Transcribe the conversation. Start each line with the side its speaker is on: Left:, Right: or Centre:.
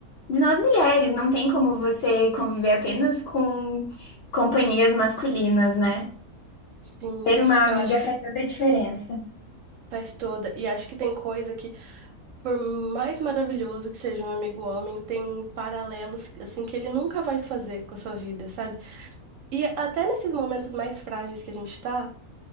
Left: de nós mulheres. Não tem como você conviver apenas com companhias masculinas, né?
Right: Sim,
Left: Ter uma amiga
Right: eu acho
Left: faz
Right: que
Left: toda a diferença.
Right: faz toda. E acho que tem coisa que, por mais maravilhoso que seja um amigo homem, tem paralelos, assim, que ele nunca vai fazer com a sua vida, sabe? E até nesses momentos mais frágeis que a gente tá.